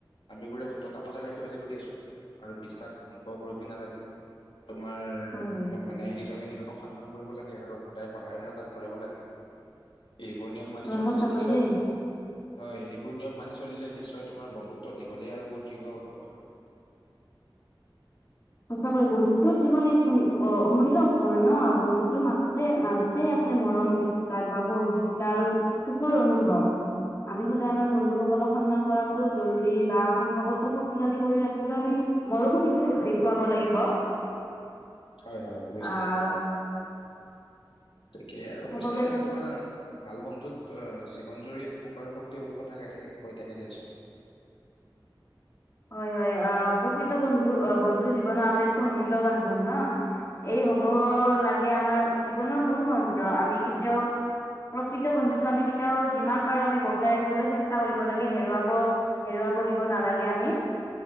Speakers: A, on the left; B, on the left.
A: আমিবোৰে সততটা বজাই ৰাখিব লাগিব দিয়াচোন আৰু বিশ্বাস ধ্বংস কৰিব নালাগে। তোমাৰ
B: হয় হয়
A: মানে ইজনে সিজনক সন্মান কৰিব লাগে আৰু সদায় সহায়ৰ হাতাত ঘূৰাব লাগে। এইবোৰ নিয়ম মানি
B: হয়
A: চলিলে
B: সঁচাকৈ
A: নিশ্চয়
B: দেই
A: বন্ধু হয় এইবোৰ নিয়ম মানি চলিলে নিশ্চয় তোমাৰ বন্ধুত্ব দীঘলীয়া আৰু সুদৃঢ় হব আৰু।
B: সঁচাকৈ বন্ধুত্বৰ জীৱন এক অ অমূল্য উপৰণ ন বন্ধুত্বৰ মাজতে মাজ তে আছে মৰম বিশ্বাস বা সহযোগিতা আৰু সুখৰ অনুভৱ। আমি সদায় আমাৰ বন্ধুসকলক সন্মান কৰাটো জৰুৰী বা সম্পৰ্কটো শক্তিশালী কৰি ৰাখিবলৈ আমি মৰমো দেখিব দেখুৱাব লাগিব।
A: হয় হয় অৱশ্য
B: আহ
A: তাকেই আৰু
B: চাবলৈ
A: অৱশ্যে
B: গ'লে
A: তোমাৰ ভাল বন্ধুত অ জীৱন জুৰি সুখ আৰু শক্তি উৎস থাকে থাকে হৈ থাকে দিয়াচোন।
B: হয় হয় আহ প্ৰকৃত বন্ধু আহ বন্ধু জীৱনৰ আটাইতকৈ মূল্যবান ধন ন। এই হব লাগে আমাৰ জীৱনৰ মূল মন্ত্ৰ আমি কেতিয়াও প্ৰকৃত বন্ধুটো আমি কেতিয়াও যিমান পাৰো আমি বচাই ৰাখিবলৈ চেষ্টা কৰিব লাগে হেৰুৱাব হেৰুৱাব দিব নালাগে আমি।